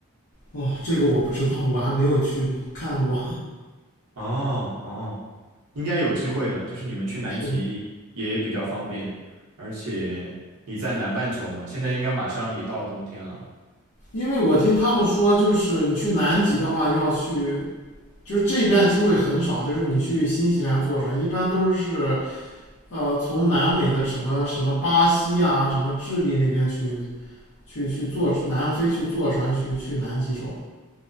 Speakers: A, on the left; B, on the right.
A: 哇，这个我不知道，我还没有去过看过，
B: 哦哦，应该有机会的，就是你们去南极也比较方便，
A: <laughs> 是
B: 而且你在南半球嘛，现在应该马上也到冬天了。
A: 因为我听他们说，就是你去南极的话，要去，就是这边机会很少，就是你去新西兰坐船，一般都是呃从南美的什么什么巴西啊，什么智利那边去去去坐南非去坐船去去南极洲。